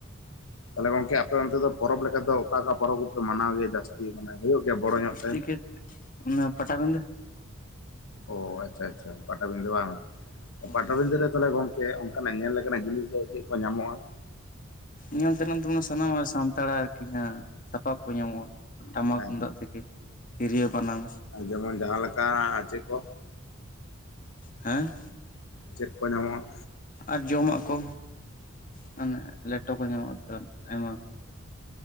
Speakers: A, on the left; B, on the left.
A: ᱛᱟᱦᱞᱮ ᱜᱚᱝᱠᱮ ᱟᱯᱮ ᱚᱱᱛᱮ ᱫᱚ ᱯᱚᱨᱚᱵᱽ ᱞᱮᱠᱟ ᱫᱚ ᱚᱠᱟ ᱚᱠᱟ ᱯᱚᱨᱚᱵᱽ ᱢᱟᱱᱟᱣ ᱜᱮᱭᱟ ᱡᱟᱹᱥᱛᱤ ᱢᱟᱱᱮ ᱦᱩᱭᱩᱜ ᱜᱮᱭᱟ ᱵᱚᱲᱚ ᱧᱚᱜ
B: ᱡᱟᱹᱥᱛᱤ
A: ᱛᱮ?
B: ᱠᱟᱭ ᱚᱱᱟ ᱯᱟᱴᱟᱵᱤᱸᱫᱷᱟᱹ᱾
A: ᱚ ᱟᱪᱪᱷᱟ ᱟᱪᱪᱷᱟ ᱯᱟᱴᱟᱵᱤᱺᱫᱷᱟᱹ ᱵᱟᱝ,
B: ᱦᱳᱭ
A: ᱯᱟᱴᱟᱵᱤᱸᱫᱷᱟᱹ ᱨᱮ ᱛᱟᱦᱞᱮ ᱜᱚᱝᱠᱮ ᱚᱝ ᱠᱟᱱᱟᱜ ᱧᱮᱞ ᱞᱮᱠᱟ ᱱᱟᱜ ᱡᱤᱱᱤᱥ ᱫᱚ ᱪᱮᱫ ᱠᱚ ᱧᱟᱢᱚᱜᱼᱟ?
B: ᱧᱮᱞ ᱛᱮᱱᱟᱜ ᱫᱚ ᱚᱱᱟ ᱥᱟᱱᱟᱢᱟᱜ ᱥᱟᱱᱛᱟᱲᱟᱜ ᱟᱨᱠᱤ ᱡᱟᱦᱟᱸ ᱥᱟᱯᱟᱵ ᱠᱚ ᱧᱟᱢᱚᱜᱼᱟ᱾ ᱴᱟᱢᱟᱠ
A: ᱦᱮᱸ
B: ᱛᱩᱢᱫᱟᱹᱜ ᱛᱷᱮᱠᱮ, ᱛᱤᱨᱭᱳ ᱵᱟᱱᱟᱢ᱾
A: ᱡᱮᱢᱚᱱ ᱡᱟᱦᱟᱸ ᱞᱮᱠᱟ ᱪᱮᱫ ᱠᱚ᱾
B: ᱦᱮᱸ᱾
A: ᱪᱮᱫ ᱠᱚ ᱧᱟᱢᱚᱜᱼᱟ?
B: ᱟᱨ ᱡᱚᱢᱟᱜ ᱠᱚ, ᱢᱟᱱᱮ ᱞᱮᱴᱚ ᱠᱚ ᱧᱟᱢᱚᱜᱼᱟ ᱟᱹᱛᱷᱟᱹᱱ ᱟᱭᱢᱟ᱾